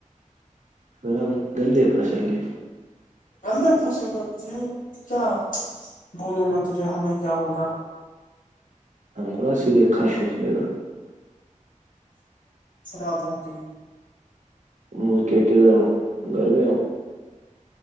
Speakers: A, on the right (about 65°); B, on the left (about 80°).
A: پھر ہم گندے پھنسیں گے-
B: گدے پھنسے گ تجے کیا بولو ن تجھے ہمیں کیا ہوگا-
A: اننکوڑا سیدے خاش ہو جائے گا-
B: ت خراب ہوتے ہیں-
A: اور کیکے د ن گھر میں ہو-